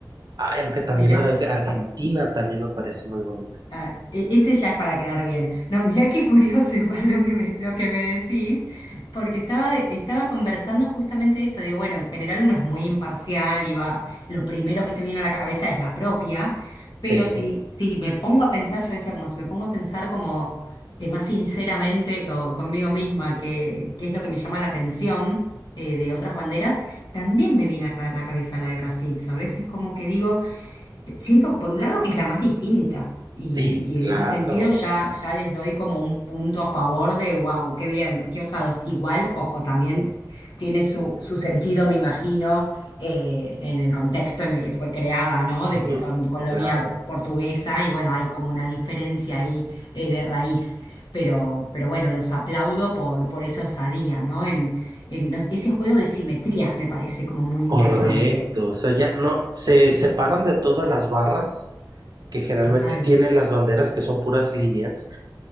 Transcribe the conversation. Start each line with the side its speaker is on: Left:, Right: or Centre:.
Right: Ay, aunque también
Left: mira.
Right: la de Argentina también me parece muy bonita.
Left: Ah, e- ese ya es para quedar bien. No, mirá qué curioso <laughs> igual lo que me, lo que me decís, porque estaba, de- estaba conversando justamente eso. Digo, bueno, en general uno es muy imparcial y va, lo primero que se viene a la cabeza es la propia, pero
Right: Sí.
Left: si, si me pongo a pensar, yo decía como si me pongo a pensar como eh, más sinceramente co- conmigo misma, que, que es lo que me llama la atención eh, de otras banderas, también me viene acá a la cabeza la de Brasil, ¿sabes? Es como que digo... Siento, por un lado, que es la más distinta. Y,
Right: Sí,
Left: y
Right: claro,
Left: en ese sentido ya, ya les doy como un punto a favor de, wow, qué bien, qué osados. Igual, ojo, también tiene su, su sentido, me imagino, eh, en el contexto en el que fue creada, ¿no? De
Right: ujú,
Left: que son colonia
Right: claro,
Left: portuguesa y bueno, hay como una diferencia ahí eh, de raíz. Pero, pero bueno, los aplaudo por, por esa osadía, ¿no? En, en los- ese juego de simetrías me parece como muy
Right: correcto.
Left: interesante.
Right: O sea, ya no, se separan de todas las barras que generalmente
Left: Total.
Right: tienen las banderas que son puras líneas.